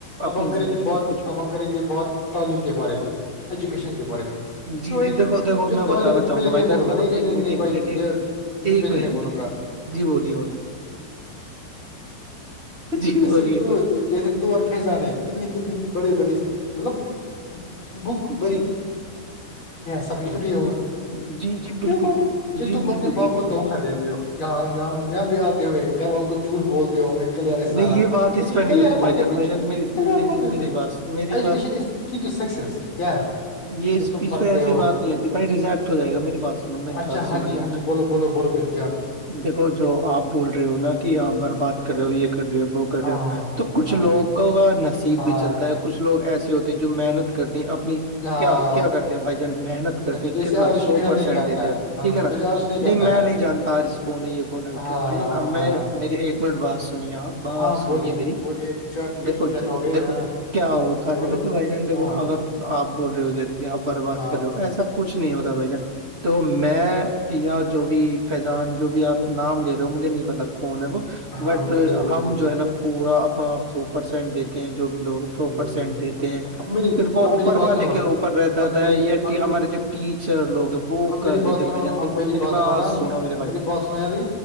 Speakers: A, on the right; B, on the left.
A: اپنی
B: اب ہم
A: زندگی
B: کریں گے بہت
A: میں کچھ بھی-
B: اب ہم کریں گے بہت تعلیم کے بارے میں ایجوکیشن کے بارے میں
A: جی
B: جو
A: جی
B: ایک
A: دیکھو دیکھو
B: جو
A: میں
B: تعلیم
A: بتانا چاہوں
B: پہلے
A: بھائی
B: میں
A: جان
B: بولوں گا
A: دیکھو
B: نہیں نہیں
A: ایک
B: نہیں
A: منٹ
B: نہیں
A: ایک
B: بھائی
A: منٹ ایک
B: یہ
A: ایک
B: پہلی
A: منٹ
B: میں بولوں گا
A: جی بولیے بولیے جی
B: جیسے
A: بولیے
B: تو
A: بولیے۔
B: جیسے تو پھیجانے کتنی کتنی بڑے بڑے مطلب بک بری
A: جی
B: سب بھی ہو
A: جی جی بالکل
B: دیکھو ج
A: جی
B: تم
A: بالکل
B: اپنے باپ
A: بالکل
B: کو دھوکا دیتے ہو یہاں جاں یہاں پہ آتے ہوئے گھر والوں کو جھوٹ بولتے ہو میں کلیئر ہے سارا
A: نہیں یہ بات
B: لیکن
A: اس پہ
B: کلیئر
A: نہیں ہوتی بھائی
B: مت
A: جان
B: ہی کچھ
A: بھائی جان میری
B: کلیئر
A: میری
B: مت
A: میری
B: کچھ
A: بات میری
B: ایجوکشن از سکس کیا
A: یس
B: جب تم
A: پ
B: پڑھتے
A: ایسی
B: ہو
A: بات نہیں ہوتی بھائی ریزیکٹ ہو جائے گا میری بات سنو میری
B: اچھا
A: بات سنو
B: ہاں
A: ایک
B: جی ہاں
A: میں
B: جی بولو بولو بولو میری جان
A: دیکھو جو آپ بول رہے ہو نا کہ آپ برباد کر رہے ہو یہ کر رہے ہو وہ کر
B: ہاں
A: رہ ہو تو کچھ
B: ہاں
A: لوگوں کو نصیب
B: ہاں
A: بھی چلتا ہے کچھ لوگ ایسے ہوتے ہیں جو محنت کرتے ہیں اپنی
B: ہاں
A: کیا کیا کرتے ہیں بھائی جان محنت کرتے ہیں
B: جیسے
A: کتنا
B: آرش
A: سو
B: محنت
A: پرسینٹ
B: نہیں کرتا
A: دیتے
B: ہے
A: آ
B: ہاں
A: ٹھیک ہے نا
B: جیسے آرش کرتا
A: نہیں میں
B: ہے محنت
A: نہیں جانتا آر اس کون ہے یہ کون ہےٹھ
B: ہاں
A: بھائی جان اب
B: ہاں
A: میں م ایک منٹ بات سنیے آپ بات
B: ہاں
A: سنی
B: بولیے
A: ہے میری
B: بولیے چار تین
A: دیکھو
B: منٹ ہو گئے
A: دیکھو
B: ہاں
A: کیا ہوتا
B: بولو
A: ہے نا کہ بھائی جان دیکھو
B: ہاں
A: اگر آپ بول رہے ہو جیسے کہ آپ برباد
B: ہاں
A: کر رہے ہو ایسا کچھ نہیں ہوتا بھائی جان
B: ہم-
A: تو میں یا جو بھی فیضان جو بھی آپ نام لے رہے ہو مجھے نہیں پتا کوون ہے وہ
B: ہاں
A: بٹ
B: مجھے بھی نہیں
A: ہم جو ہے نا پورا اپنا آپ س پرسینٹ دیتے ہیں جو بھی لوگ ہیں
B: ہ
A: سو پرسینٹ دیتے ہیں
B: اب میری
A: پھر وہ
B: اب
A: اوپر
B: میری بات
A: والے
B: سنو
A: کے اوپر رہتا
B: اب
A: تھا
B: میری
A: یا
B: اب
A: ہمارے جو ٹیچر لوگ ہیں وہ
B: اب
A: کر
B: میری
A: دیتےے
B: بات سنو
A: بھائی جان
B: اب
A: دیکھو میری بات
B: سنو نا
A: سناو میرے بھائی
B: میری
A: جان
B: بات میں یاری